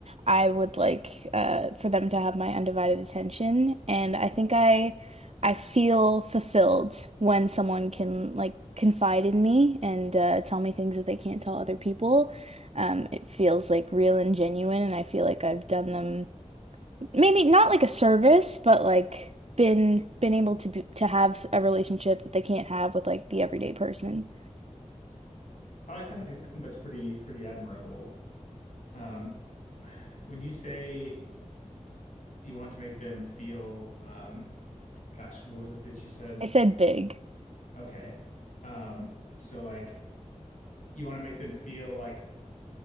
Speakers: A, on the right; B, on the left.
A: I would like uh for them to have my undivided attention, and I think I I feel fulfilled when someone can like confide in me and uh, tell me things that they can't tell other people. Um, it feels like real and genuine, and I feel like I've done them maybe not like a service, but like been been able to be, to have a relationship that they can't have with like the everyday person.
B: I like that. I think I think that's pretty pretty admirable. Um, when you say you want to make them feel, um, gosh, what was it that you said?
A: I said big.
B: Okay. Um, so like you want to make them feel like